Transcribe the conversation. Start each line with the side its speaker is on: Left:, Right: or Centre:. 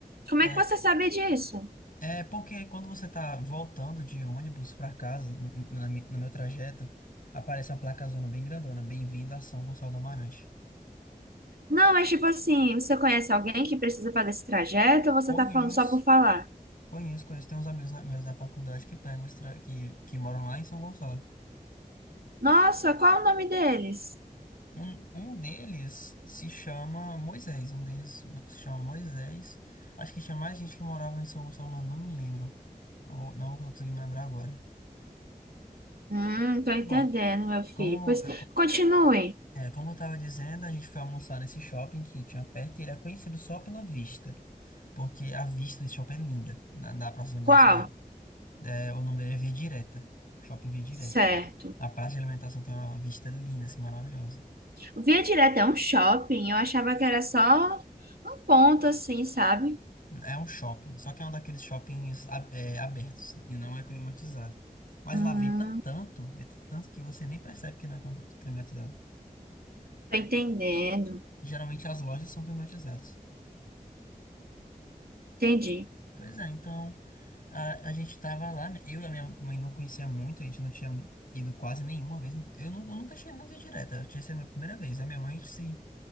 Right: como
Left: é,
Right: é que você sabe disso?
Left: é porque quando você tá voltando de ônibus pra casa, no, no- na mi- no meu trajeto, aparece uma placazona bem grandona. Bem-vindo a São Gonçalo do Amarante.
Right: Não, mas tipo assim, você conhece alguém que precisa fazer esse trajeto ou você
Left: Conheço,
Right: tá falando só por falar?
Left: conheço, conheço. Tem uns amigos na- meus da faculdade que pegam esse tra- que, que moram lá em São Gonçalo.
Right: Nossa, qual é o nome deles?
Left: Um, um deles se chama Moisés, um deles se chama Moisés. Acho que tinha mais gente que morava em São Gonçalo, mas não me lembro. Não, vou- não vou conseguir me lembrar agora.
Right: Hum, tô entendendo,
Left: Bom,
Right: meu filho.
Left: como,
Right: Pois
Left: eu co-
Right: continue.
Left: é, como eu estava dizendo, a gente foi almoçar nesse shopping que tinha perto e ele é conhecido só pela vista, porque a vista desse shopping é linda na, na praça de alimentação
Right: Qual?
Left: real. É, o nome dele é Via Direta, Shopping Via Direta.
Right: Certo.
Left: A praça de alimentação tem uma vista linda, assim, maravilhosa.
Right: Via direto é um shopping, eu achava que era só um ponto assim, sabe?
Left: É um shopping, só que é um daqueles shoppings a- é, abertos e não é climatizado. Mas
Right: Hum,
Left: lá venta tanto, venta tanto que você nem percebe que não é clima- climatizado.
Right: tô entendendo.
Left: Geralmente as lojas são climatizadas.
Right: Entendi.
Left: Pois é, então a, a gente tava lá, eu e a minha mãe não conhecia muito, a gente não tinha ido quase nenhuma vez. Eu, nu- eu nunca tinha, não via direta, eu tinha sido a minha primeira vez. A minha mãe se,